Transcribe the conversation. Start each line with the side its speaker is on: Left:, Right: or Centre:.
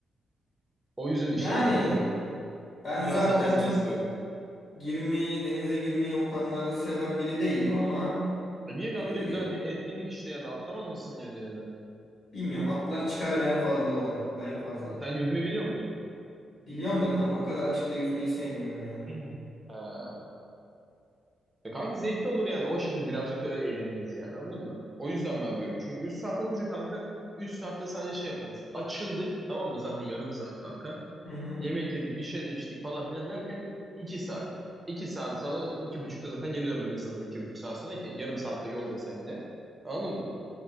Right: O yüzden işte
Left: Yani
Right: biraz daha.
Left: ben
Right: Biraz
Left: zaten
Right: daha uzun
Left: çok
Right: istiyorum.
Left: girmeyi, denize girmeyi o konularda seven biri değilim ama
Right: E niye kanka
Left: girilir
Right: ne güzel
Left: ya.
Right: bir etkinlik işte yani atlamaz mısın yani denize?
Left: Bilmiyorum atlar çıkarım en fazla o da. O da en fazla.
Right: Sen yüzme biliyor musun?
Left: Biliyorum da kanka o kadar açıkta yüzmeyi sevmiyorum ya.
Right: <clears throat> Ee, e kanka zevkli olur yani o şekilde birazcık da öyle eğleniriz yani anladın mı? O yüzden ben diyorum çünkü 3 saat olunca kanka 3 saatte sadece şey yaparız. Açıldık tamam mı zaten yarım saat kanka.
Left: Hı hı.
Right: Yemek yedik, bir şey de içtik falan filan derken iki saat. iki saat sonra iki buçukta zaten geri dönmemiz lazım iki buçuk saat sonra ki. Yarım saatte yol desen yine. Anladın mı?